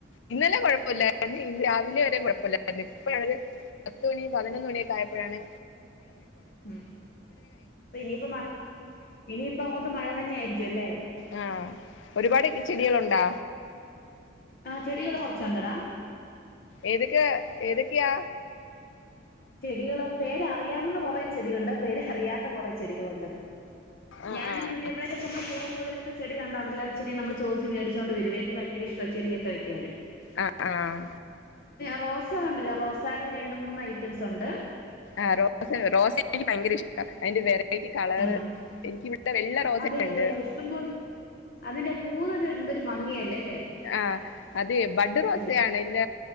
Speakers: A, on the left (about 70°); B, on the left (about 50°).
A: ഇന്നലെ കൊഴപ്പമില്ലായിരുന്നു ഇന്ന് രാവിലെ വരെെയ കുഴപ്പമില്ലായിരുന്നു ഇപ്പത് പത്ത് മണി പതിനൊന്ന് മണിഒക്കെ ആയപ്പോഴാണ്
B: ഉ അപ്പ ഇനിയിപ്പ മ ഇനിയിപ്പ അങ്ങോട്ട് മഴ തന്നെ ആയിരിക്കും അല്ലേ
A: ആഹ് ഒരുപാട് ചെടികളുണ്ടോ
B: ആ ചെടികൾ കുറച്ചുണ്ടടാ
A: ഏതൊക്കെ ഏതൊക്കെയാ
B: ചെടികളോ പേര്അറിയാവുന്ന കൊറേ ചെടികുണ്ട് പേര് അറിയാത്ത കൊറെ ചെടികളുണ്ട്
A: ആഹ്
B: ഞാൻ
A: ആഹ്
B: ഇ എവിടെലക്കെ പോകുമ്പോ ചെടി കണ്ടാൽ ഉണ്ടല്ലോ ചെടി നമ്മൾ ചോദിച്ചു മേടിച്ചൊണ്ട് വരും എനിക്ക് ഭയകര ഇഷ്ട്ടാ ചെടൊക്കെ വെക്കാാന്
A: ആഹ് ആഹ്
B: റോസ ഉണ്ടല്ലോ റോസയുടെ രണ്ട് മൂന്ന് ഐറ്റംസ് ഉണ്ട്
A: ആഹ റോസ് റോസ എനിക്ക് ഭയങ്കര ഇഷ്ട അതിന്റെ വി വ കളറ്
B: ആഹ്
A: എനിക്ക് ഇവിടെത്തെ വെള്ള റോസയക്ക
B: അതെ
A: ഉണ്ട്
B: അതെ ഇഷ്ടം പോലെ അതിന്റെ പൂവ് ഒരു എന്തൊരു ഭംഗിയല്ലേ അല്ലേ
A: ആഹ അതെ ബഡ് റോസയാണ്
B: അതെ
A: ഇല്ല